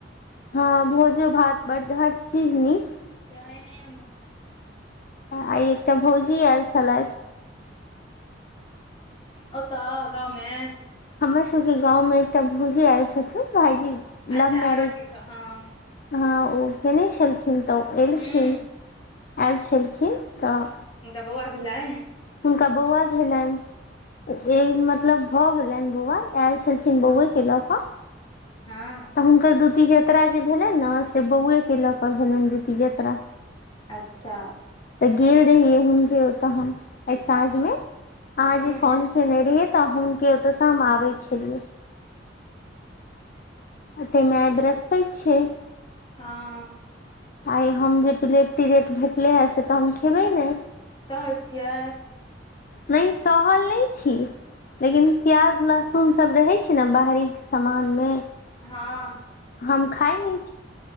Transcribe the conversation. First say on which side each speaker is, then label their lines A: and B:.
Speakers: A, on the left (about 50°); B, on the left (about 30°).
A: हँ भोजो भात बडड हर चीज नीक
B: जा नहि
A: आ एकटा भौजी एल छलैथ
B: ओ तऽ गाममे
A: हमर सबके गाँवमें एकटा भौजी आयल छथिन भाईजी लव
B: अच्छा
A: मैरेज
B: अहाँके घर? हँ
A: हँ ओ केयने छलखिन तऽ ओएलखिन
B: हूं
A: आयल छलखिन तऽ
B: हुनका बौआ भेलै
A: हुनका बौआ भेलनि एक मतलब भऽ गेलनि बौआ आयल छलखिन बौआए के लऽ कऽ
B: हँ
A: तऽ हुनकर दूति जत्ररा जे भेलनि ने से बौए के लऽ कऽ भेलनि द्यूती जत्रा
B: अच्छा
A: तऽ गेल रहियै हुनके ओ तऽ हम एहि साझमे अहाँ
B: हूं
A: जे फोन केने रहियै तऽ हुनक ओतयसँ हम आबै छलियै तेमे आइ ब्रसपैत छै
B: हँ
A: आइ हम जे प्लेट तिरेट भेटलै हे से तऽ हम खेबै ने
B: सहल छियै
A: नहि सहर नहि छी लेकिन प्याज लहसुनसभ रहैत छै ने बाहरी के सामानमे
B: हँ
A: हम खाइ नहि